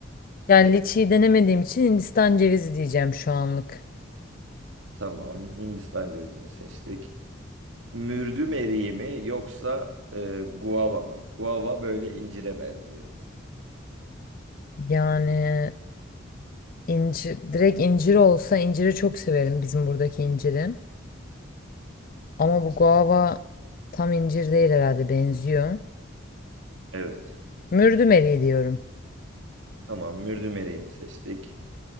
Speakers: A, on the left; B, on the right.
A: Yani liçiyi denemediğim için Hindistan cevizi diyeceğim şu anlık.
B: Tamam. Hindistan cevizini seçtik. Mürdüm eriği mi? Yoksa e, guava mı? Guava böyle incire benziyor.
A: Yani İncir, direkt incir olsa inciri çok severim bizim buradaki inciri. Ama bu guava tam incir değil herhalde benziyor.
B: Evet.
A: Mürdüm eriği diyorum.
B: Tamam, mürdüm eriğini seçtik.